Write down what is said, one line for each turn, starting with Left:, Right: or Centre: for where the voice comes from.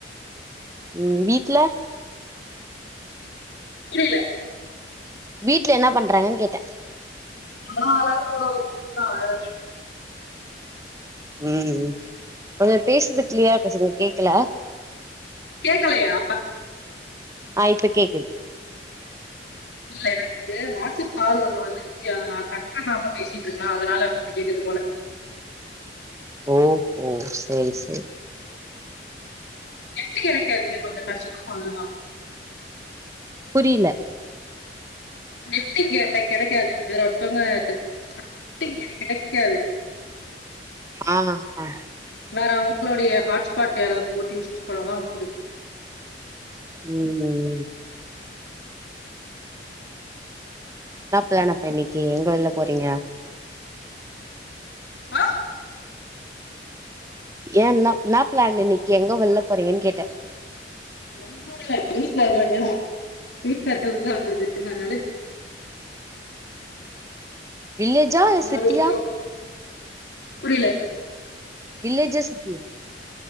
Right: ம் வீட்ல
Left: இவ இல்ல
Right: வீட்ல என்னா பண்றாங்கன் கேட்ட
Left: நம்ளா ஆள் ஆளாளுக்கு ஒரு ஒரு <unintelligible>
Right: ம் கொஞ்ச பேசுறது கிளியரா பேசுங்க கேக்கல
Left: கேட்கலையா
Right: ஆ இப்ப கேக்குது
Left: இல்ல எனக்கு வாட்ஸ்அப் கால் ஒன்னு வந்து நாப்ப்ப கட் பண்ணாம பேசிட்டு இருக் நா அதனாலப்ஸ் அப்படிய் கேக்குது போல
Right: ஓஹோ ஓ செய் செய்
Left: நெட்டு கெடைக்காது கொஞ்ச கஷ்டோ அதுதா
Right: புரில்ல
Left: நெட்டு இங்க கெடைக்காது வேற ஒருத்தவங்க நெட்டு இங்க கெடைக்காது
Right: ஆ ஆ
Left: வேற அவங்களுடைய ஹாட்ஸ்பாட் யாராவது போட்டு யூஸ் பண்ணாதா உண்டு
Right: ம் ம் சாப்பில்லானா இப்ப இன்னைக்கி எங்க வெள்ல போறங்க
Left: ஆ?
Right: ஏனா நா என்னா பிளான்னு இன்னைக்கி எங்க வெள்ள போறங்கன் கேட்ட
Left: ஒன்னு இல்ல வீட்ல இருக்க வேண்டியா வீட்ல இருக்கறதுக்குதா வந்துருக்க அதனால
Right: வில்லேஜா
Left: உன்னோட
Right: சிட்டியா
Left: வீட்ல புரியல
Right: வில்லேஜ் சிட்டியா